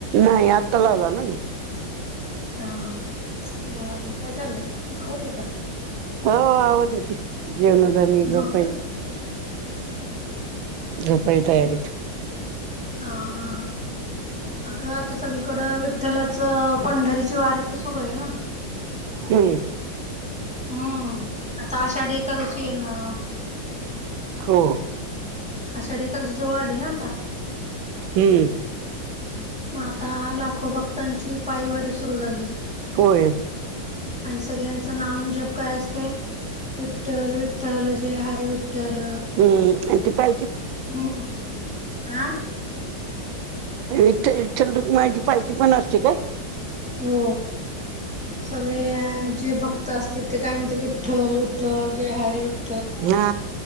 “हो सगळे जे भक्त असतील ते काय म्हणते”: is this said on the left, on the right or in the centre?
Centre